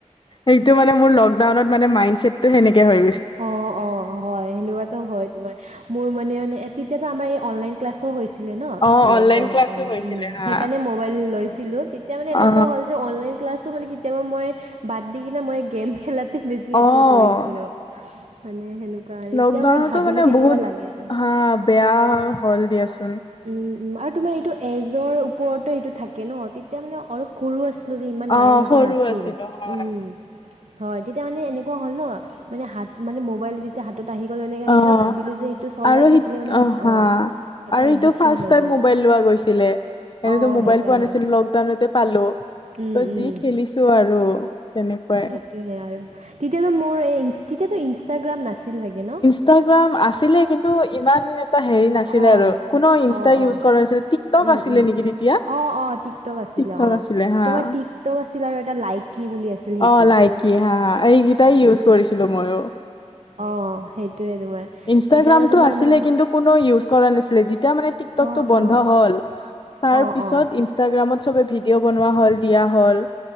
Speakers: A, on the left (about 40°); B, on the right (about 65°).
A: এইটো মানে মোৰ লকডাউনত মান মণ্ডছেট তো সেনেকে হয়
B: অ', অ', হয় সেনেকুৱাটো হয় তোমাৰ মোৰ মানে মানে তেতিয়াাতো আমাৰ এই অনলাইন ক্লাছো হৈছে হৈছিলে ন
A: অ
B: লকডাউনৰ
A: অনলাইন ক্লাছো
B: টাইমছ,
A: হৈছিলে
B: উম',
A: হা
B: সেইকাৰণ মবাইল লৈছিলোঁ তেতিয়া মানে এনেকুৱা
A: অ
B: হ'ল যে অনলাইন ক্লাছো মানে কেতিয়াবা মই বাদ দি কিনে মই গেম খেলাতে বেছি এইটো
A: অ
B: কৰিছিলোঁ মানে সেনেকুৱা আৰু
A: লকডাউনতো
B: এতিয়া মানে ভাবিলে কেনেকুৱা
A: বহুত
B: লাগে আৰু
A: হা বেয়া হল দিয়া চো
B: উম উম আৰু তোমাৰ এইটো এজৰ ওপৰতে সেইটো থাকে ন তেতিয়া মানে অলপ সৰু আছিলো যে ইমান
A: অ'
B: মাইন সেইটো
A: সৰু
B: নাছিল।
A: আছিলো হয়।
B: উম হয় তেতিয়া মানে এনেকুৱা হ'ল ন মানে হাত মানে মোবাইল হাতত আহি গ'লো এনেকে এনেক
A: অ'
B: ভাবিলো যে সেইটো চলাই
A: আৰু
B: থাকিলে
A: সি
B: মানে
A: হা
B: অ' এটা
A: আৰু এইটো
B: এডিকশ্যন
A: ফাৰ্চ
B: হৈ
A: টাইম
B: যায়
A: মবাইল লোৱা গৈছিলে, এনেতো
B: অ'
A: মোবাইল
B: সেইকাৰণে
A: পোৱা নাছিলো লকডাউনতে পালো।
B: উম,
A: ত
B: উম।
A: যি খেলিছো আৰু তেনেকুৱাই।
B: সেইয়ে আৰু তেতিয়ানো মোৰ এই তেতিয়াতো ইনষ্টাগ্ৰাম নাছিল চাগে ন।
A: ইষ্টাগ্ৰাম আছিলে কিন্তু ইমান হেৰি নাছিলে
B: অ',
A: আৰু কোনো ইনষ্টা
B: অ',
A: ইউজ
B: অ'।
A: কৰা নাছিলে টিক টক
B: উম
A: আছিলে
B: উম
A: নেকি তেতিয়া।
B: অঁ অঁ টিকটক আছিলে
A: টিকটক
B: অ'
A: আছিলে হা।
B: তোমাৰ টিকটক আছিলে আৰু এটা লাইকি বুলি আছিল। সেইটো
A: অ' লাইকি হা হা এইকেইটাই ইউজ কৰিছিলো ময়ো।
B: অ' সেইটোৱে তোমাৰ।
A: ইনষ্টাগ্ৰামতটো
B: এতিয়াতো তোমাৰ
A: আছিলে
B: মানে
A: কিন্তু কোনো ইউজ কৰা না যেতিয়া মানে টক
B: অঁ
A: টো বন্ধ
B: অঁ
A: হল তাৰ
B: অঁ
A: পিছত
B: অঁ
A: ইনষ্টাগ্ৰামত চবে ভিডিঅ' বনোৱা হ'ল দিয়া হ'ল।